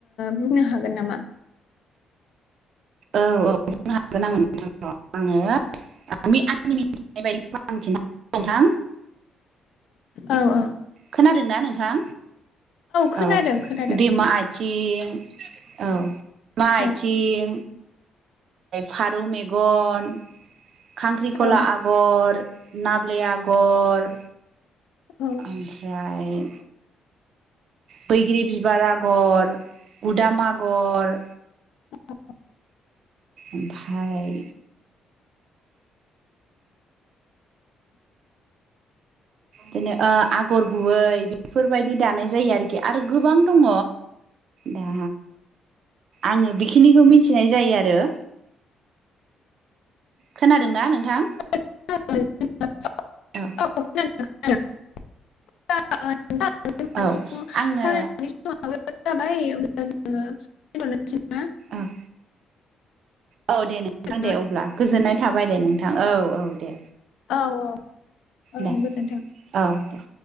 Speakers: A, on the left (about 75°); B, on the right (about 65°).
A: बुंनो हागोन नामा
B: औ बुंनो हागोन आं नोंथां आङो आंनि मिथिनाय बायदि आं खिन्थ नोंथां
A: औ औ
B: खोनादोंना नोंथां?
A: खोनादों
B: औ
A: खोनादों
B: दैमा आथिं औ मा
A: औ
B: आथिं फारौ मेगन खांख्रिखला
A: औ
B: आगर नाबले आगर
A: औ
B: ओमफ्राय बैग्रि बिबार आगर उदाम आगर
A: औ
B: ओमफ्राय बिदिनो आगर गुबै बेफोरबायदि दानाय जायो आरोखि आरो गोबां दङ' दा आङो बेखिनिखौ मिथिनाय जायो आरो। खोनादोंना नोंथां
A: <unintelligible> <inaudible>
B: औ
A: <unintelligible> <inaudible> <unintelligible>
B: औ आङो
A: <inaudible> <unintelligible> <inaudible>
B: अ' औ दे नोंथां
A: ना
B: दे अब्ला गोजोननाय थाबाय दे नोंथां औ औ दे।
A: औ औ औ
B: दे
A: गोजोन्थों
B: औ दे।